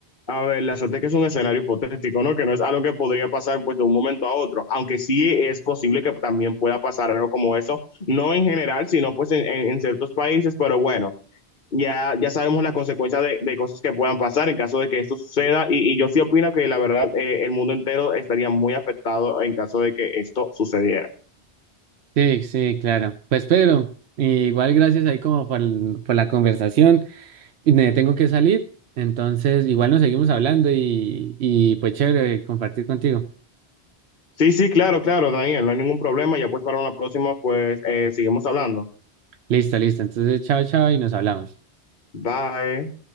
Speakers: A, on the left (about 50°); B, on the right (about 75°).
A: A ver, la suerte es que es un escenario hipotético, ¿no? Que no es algo que podría pasar pues de un momento a otro, aunque sí es posible que también pueda pasar algo como eso, no en general, sino pues en, en- en ciertos países, pero bueno, ya, ya sabemos las consecuencias de, de cosas que puedan pasar en caso de que esto suceda y, y yo sí opino que la verdad eh, el mundo entero estaría muy afectado en caso de que esto sucediera.
B: Sí, sí, claro. Pues Pedro, igual gracias ahí como por, el- por la conversación. Y Me tengo que salir, entonces igual nos seguimos hablando y, y pues chévere compartir contigo.
A: Sí, sí, claro, claro, Daniel, no hay ningún problema, ya pues para una próxima pues eh, seguimos hablando.
B: Listo, listo. Entonces, chao, chao y nos hablamos.
A: Bye.